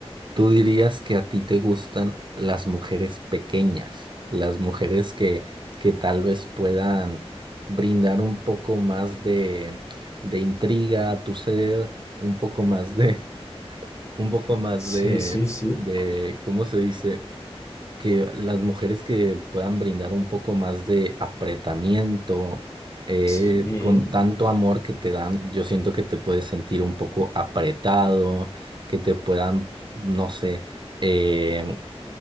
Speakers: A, on the right; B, on the left.
A: tú dirías que a ti te gustan las mujeres pequeñas, las mujeres que, que tal vez puedan brindar un poco más de, de intriga a tu ser, un poco más de un poco más
B: Sí,
A: de,
B: sí, sí,
A: de, ¿cómo se dice? Que las mujeres que puedan brindar un poco más de apretamiento, eh,
B: sí.
A: con tanto amor que te dan, yo siento que te puedes sentir un poco apretado, que te puedan, no sé, eh,